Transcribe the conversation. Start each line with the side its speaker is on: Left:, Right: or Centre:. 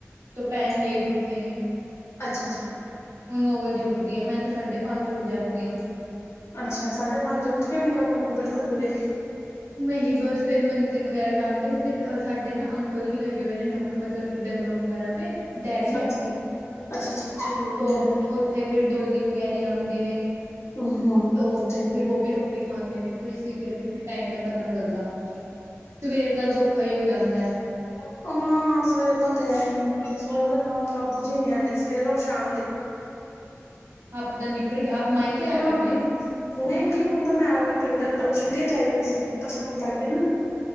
Right: ਤੋ ਭੈਣ ਲੇਟ ਉੱਠੇ ਨੇ
Left: ਅੱਛਾ-ਅੱਛਾ।
Right: ਹੁਣ ਨੌ ਵਜੇ ਉੱਠਦੀ ਆ, ਮੈਂ ਤਾਂ ਸਾਢੇ ਪੰਜ ਉੱਠ ਜਾਂਦੀ ਆ।
Left: ਅੱਛਾ, ਸਾਢੇ ਪੰਜ ਉੱਠ ਕੇ ਵੀ ਨੀ ਕੰਮ ਨਿਬੜ ਦੇ ਤੇਰੇ।
Right: ਨਹੀਂ ਬਸ ਫੇਰ ਮੰਦਿਰ ਵਗੈਰਾ ਜਾਂਦੇ ਨੇ ਫਿਰ ਸਾਡੇ ਨਾ ਅੰਕਲ ਵੀ ਲੱਗੇ ਹੋਏ ਨੇ ਨੌਕ ਮਤਲਬ ਕਿ ਡੰਗਰੋਂ ਵਗੈਰਾ ਪੇ ਡੈਰੀ ਹੈ
Left: ਅੱਛਾ
Right: ਆਪਣੀ
Left: ਅੱਛਾ ਅੱਛਾ ਠੀਕ
Right: ਤੋ <unintelligible>
Left: ਹੈ
Right: ਉੱਥੇ ਫਿਰ ਡੋਲੀ ਵਗੈਰਾ ਆਂਦੇ ਨੇ
Left: ਹਮ ਹਮ
Right: ਤੋ
Left: ਠੀਕ
Right: ਫਿਰ ਵੋ ਵੀ ਰੋ ਟੀ ਖਾਂਦੇ ਨੇ ਤੇ ਇਸੀ ਕਰਕੇ ਫਿਰ ਟ ਪਤਾ ਨ ਲੱਗਦਾ, ਸਵੇਰ ਦਾ ਤਾ ਔਖਾ ਹੀ ਹੋ ਜਾਂਦਾ ਐ।
Left: ਹਾਂ-ਹਾਂ, ਸਵੇਰ ਦਾ ਤਾ ਹੈ ਹੀ ਆ ਸਵੇਰ ਦਾ ਕੰਮ ਕਾਬੂ ਚ ਹੀ ਨੀ ਆਂਦੇ ਸਵੇਰ ਔਰ ਸ਼ਾਮ ਦੇ।
Right: ਆਪ ਦਾ ਨਿਪਟ ਗਿਆ ਆਪ ਮਾਇਕੇ ਆਏ
Left: ਹਾਂ।
Right: ਹੋਏ ਨੇ
Left: ਨਹੀਂ-ਨਹੀਂ, ਹੁਣ ਤਾਂ ਮੈਂ ਆ ਗਈ ਪਿੰਡ, ਪਹਲੇ ਛੁਟਿਆ ਚ ਆਈ ਹੋਈ ਸੀ ਹੁਣ ਤਾਂ ਸਕੂਲ ਲੱਗ ਗਏ ਨਾ।